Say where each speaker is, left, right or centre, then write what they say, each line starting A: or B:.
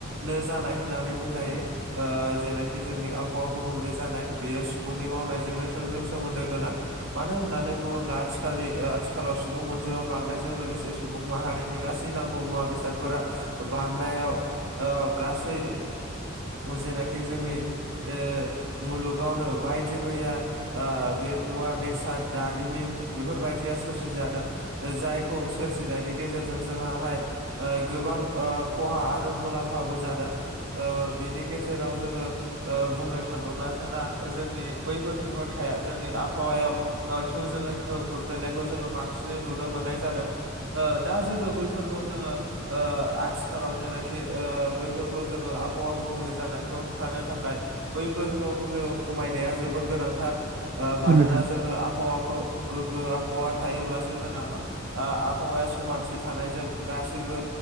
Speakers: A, on the right; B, on the right.
A: नो जानाय होननानै बुंजायो ओ जेनाखि जोंनि आबहावा गुबुंले जानाय बियो सुबुंनि मावनायजोंनो थोंजों सोमोन्दो गोनां। मानो होननानै बुङोब्ला आथिखालनि ओ आथिखालाव सुबुं अनजिमा बांनायजों लोगोसे सुबुं माहारिनि गासै नांगौ मुवा बेसादफोरा बांनायाव ओ गासै ओ जेनाखि जोंनि ओ मुलुगावनो बायदि मैया ओ बे मुवा बेसाद दारिमिन बेफोरबायदिया सोरजि जादों। जायखौ सोरजिनायनि गेजेरजों जोंहाहाय ओ गोबां ओ खहा आरो मुलाम्फाबो जादों। ओ बेनि गेजेराव जोङो ओ बुंनो थाङोब्ला जोंना जोंनि बैफोर दिहुनथाया जोंनि आबहावायाव ओ थोंजोङै गोहोम खोख्लैनायखौ जोङो बांसिनै नुनो मोननाय जादों। ओ दा जोङो बैफोरखौ जोङो ओ आथिखालाव जेनाखि ओ बैफोरखौ जोङो आबहावा गुबुंले जानायखौ होबथानो थाखाय बैफोरखौ जोङो खमायनाया जोबोर गोनांथार ओ मानोना
B: औ नोंथां औ नोंथां औ नोंथां औ नोंथां औ
A: जोंनो आबहावाखौ गोग्गो आबहावा थायोब्लासो जोंना मा ओ आबहावाया समानथि थानायजों गासैबो